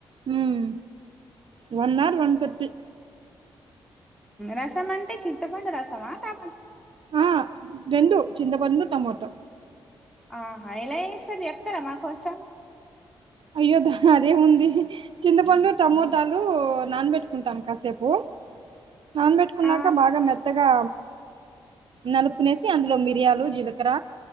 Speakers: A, on the right; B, in the centre.
A: Um one or one thirty.
B: రసం అంటే చింతపండు రసమా కా
A: ఆహ్ రెండు చింతపండు టమాట.
B: ఆహా ఎలా చేస్తారో చెప్తారా మాకు కొంచం.
A: అయ్యోదా అదే ముంది. చింతపండు టమోటాలు నానబెట్టుకుంటాం కాసేపు. నానబెట్టుకున్నాక
B: ఆ
A: బాగా మెత్తగా. నలుపుకోనేసి అందులో మిరియాలు జీలకర్ర.